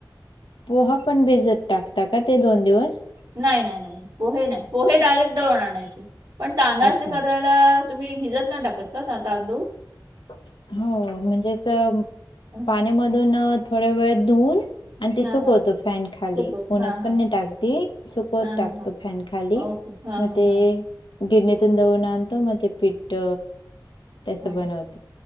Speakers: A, on the left; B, on the right.
A: पोहा पण भिजत टाकता का ते दोन दिवस?
B: नाही नाही नाही पोहे नाही, पोहे डायरेक्ट दळून आणायचे. पण तांदळाचे
A: अच्छा.
B: करायला तुम्ही. भिजत नाही टाकत का तांदूळ?
A: हो. म्हणजे अस
B: हं,
A: पाण्यामधून थोड वेळ धुवून आणि ती
B: हा
A: सुकवतो
B: हा
A: फॅन खाली,
B: सुकवत
A: उनात
B: हा हा
A: पण नाही टाकते सुकवत
B: हा
A: टाकतो,
B: हा हा
A: फॅन खाली.
B: ओके हा
A: मग
B: हा
A: ते
B: हा.
A: गिरणीतून दळून आणतो, मग ते पीठ तस
B: हा
A: बनवतात.